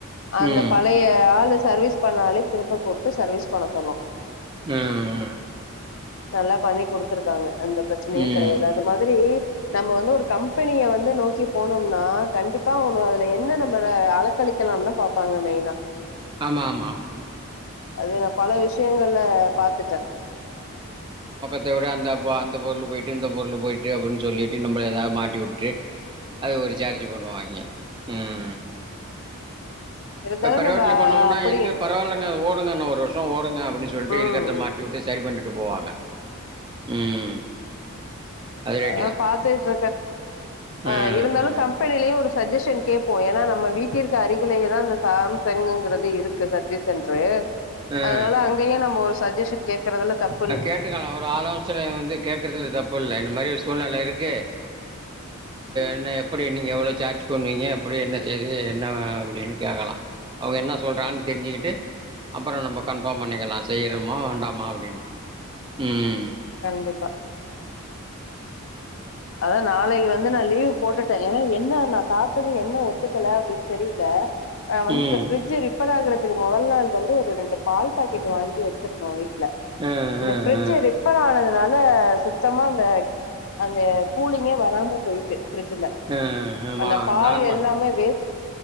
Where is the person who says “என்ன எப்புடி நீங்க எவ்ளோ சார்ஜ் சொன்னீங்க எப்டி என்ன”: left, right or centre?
Right